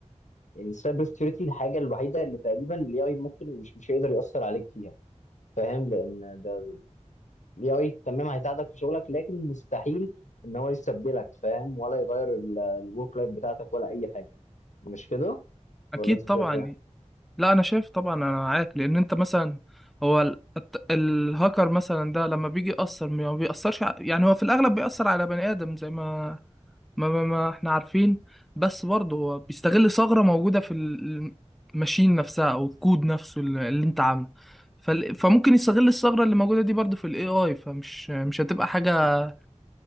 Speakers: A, on the left (about 75°); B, in the centre.
A: ان السايبر سكيورتي الحاجه الوحيده اللي تقريبا الاي اي ممكن مش مش هيقدر ياثر عليك فيها فاهم لان ده الاي اي تمام هيساعدك في شغلك لكن مستحيل ان هو يستبدلك فاهم ولا يغير الورك لايف بتاعتك ولا اي حاجه مش كده
B: اكيد
A: ولا انت
B: طبعا
A: شايف ايه
B: يعني. لا انا شايف طبعا انا معاك لان انت مثلا هو ال- الت- الهاكر مثلا ده لما بيجي يأثر ما بيأثرش ع- يعني هو في الاغلب بيأثر على بني ادم زي ما ما, ما, ما احنا عارفين بس برضه هو بيستغل ثغرة موجودة في ال- الماشين نفسها او الكود نفسه اللي اللي انت عامله فال- فممكن يستغل الثغرة اللي موجودة دي برضه في الاي اي فمش مش هتبقى حاجة